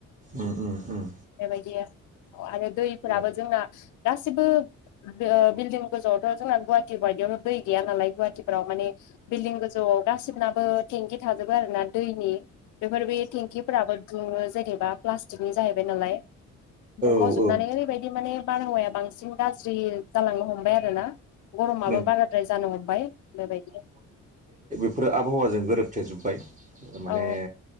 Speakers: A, on the right (about 25°); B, on the left (about 80°).
A: उम उम उम
B: बेबायदि आरो दैफोराबो
A: औ
B: जोंना गासिबो द बिल्डिं गोजौआवथ' जोंना गुवाहाटि बायदियावनो दै गैया नालाय गुवाहाटिफ्राव माने बिल्डिं गो- जौआव दासिबनाबो टेंकि थाजोबो आरो ना दैनि बेफोर बे थेंखिफोराबो दुङो जेनेबा प्लास्टिकनि जाहैबाय नालाय दुंखावजोबनानै
A: औ औ
B: ओरैबायदि माने बारहावाया बांसिन गाज्रि जालांनो हमबाय आरोना गरमाबो
A: नोंगौ
B: बाराद्राय जानो हमबाय बेबायदि
A: फोरा आबहावाजों गोरोबथेजोब्बाय माने
B: औ